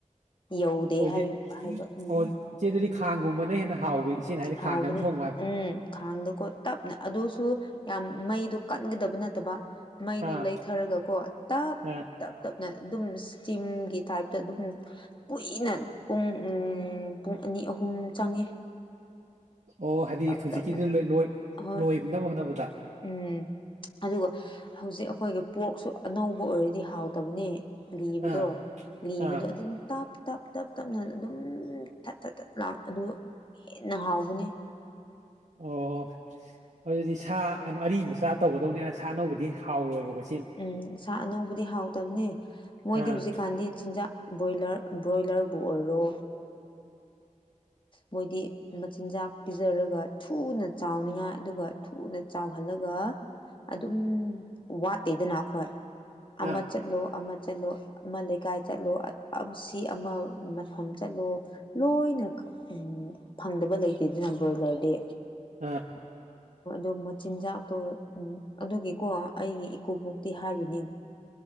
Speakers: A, on the left; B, on the right.
A: ꯌꯧꯗꯦ
B: ꯑꯣꯖꯤ
A: ꯍꯥꯏ ꯍꯥꯏꯕ ꯎꯝ
B: ꯑꯣ ꯏꯆꯦ ꯑꯗꯨꯗꯤ ꯈꯥꯡꯒꯨꯝꯕꯅ ꯍꯦꯟꯅ ꯍꯥꯎꯋꯤ ꯏꯆꯦꯅ ꯍꯥꯏꯁꯦ
A: ꯍꯥꯎꯕꯅꯤ
B: ꯈꯥꯡꯗꯅ ꯊꯣꯡꯉꯣ ꯍꯥꯏꯕ
A: ꯎꯝ ꯈꯥꯡꯗꯣꯀꯣ ꯇꯞꯅ ꯑꯗꯨꯁꯨ ꯌꯥꯝ ꯃꯩꯗꯣ ꯀꯟꯒꯗꯕ ꯅꯠꯇꯕ ꯃꯩꯗꯣ
B: ꯑꯥ
A: ꯂꯩꯊꯔꯒꯀꯣ ꯇꯞ
B: ꯑꯥ
A: ꯇꯞ ꯇꯞ ꯑꯗꯨꯝ ꯁꯇꯤꯝꯒꯤ ꯇꯥꯏꯞꯇ ꯑꯗꯨꯝ ꯀꯨꯏꯅ ꯄꯨꯡ ꯄꯨꯡ ꯑꯅꯤ ꯑꯍꯨꯝ ꯆꯪꯉꯦ
B: ꯑꯣ ꯍꯥꯏꯗꯤ
A: ꯇꯞ
B: ꯍꯧꯖꯤꯛꯀꯤꯗꯨ
A: ꯇꯞꯅ
B: ꯂꯣꯏꯅꯕ
A: ꯍꯣꯏ
B: ꯍꯣꯠꯅꯕꯗ
A: ꯎꯝ ꯑꯗꯨꯒ ꯍꯧꯖꯤꯛ ꯑꯩꯈꯣꯏꯒꯤ ꯄꯣꯛꯁꯨ ꯑꯅꯧꯕ ꯑꯣꯏꯔꯗꯤ ꯍꯥꯎꯇꯕꯅꯦ ꯂꯤꯕꯗꯣ
B: ꯑꯥ
A: ꯂꯤꯕꯗꯣ
B: ꯑꯥ
A: ꯑꯗꯨꯝ ꯇꯞꯞ ꯇꯞꯅ ꯑꯗꯨꯝ ꯎꯝ ꯊꯠ ꯊꯠ ꯊꯠ ꯂꯥꯎꯅ ꯑꯗꯨ ꯍꯦꯟꯅ ꯍꯥꯎꯕꯅꯤ
B: ꯑꯣ ꯑꯗꯨꯗꯤ ꯁꯥ ꯀꯩꯅꯣ ꯑꯔꯤꯕ ꯁꯥ ꯇꯧꯒꯗꯧꯅꯦ ꯑ ꯁꯥ ꯑꯅꯧꯕꯗꯤ ꯍꯥꯎꯔꯣꯏꯕ ꯀꯣ
A: ꯎꯝ ꯁꯥ ꯑꯅꯧꯕꯗꯤ ꯍꯥꯎꯇꯕꯅꯤ ꯃꯣꯏꯗꯤ
B: ꯑꯥ
A: ꯍꯧꯖꯤꯛꯀꯥꯟꯗꯤ ꯆꯤꯟꯖꯥꯛ ꯕ꯭ꯔꯣꯌꯂꯔ ꯕ꯭ꯔꯣꯌꯂꯔꯕꯨꯨ ꯑꯣꯏꯔꯣ ꯃꯣꯏꯗꯤ ꯃꯆꯤꯟꯖꯥꯛ ꯄꯤꯖꯔꯒ ꯊꯨꯅ ꯆꯥꯎꯅꯤꯡꯉꯥꯏ ꯑꯗꯨꯒ ꯊꯨꯅ ꯆꯥꯎꯍꯟ ꯈꯜꯂꯒ ꯑꯗꯨꯝ ꯋꯥꯠ ꯇꯩꯗꯅ ꯑꯩꯈꯣꯏ
B: ꯑꯥ
A: ꯑꯃ ꯆꯠꯂꯣ ꯑꯃ ꯆꯠꯂꯣ ꯑꯃ ꯂꯩꯀꯥꯏ ꯆꯠꯂꯣ ꯁꯤ ꯑꯃ ꯃꯐꯝ ꯆꯠꯂꯣ ꯂꯣꯏꯅ ꯎ ꯐꯪꯗꯕ ꯂꯩꯇꯦꯗꯅ ꯂꯣꯢꯂꯔꯗꯤ
B: ꯑꯥ
A: ꯑꯣ ꯃꯆꯤꯟꯖꯥꯛꯇꯣ ꯎꯝ ꯑꯗꯨꯒꯤꯀꯣ ꯑꯩꯒꯤ ꯏꯀꯣꯕꯣꯛꯇꯤ ꯍꯥꯏꯔꯤꯅꯦ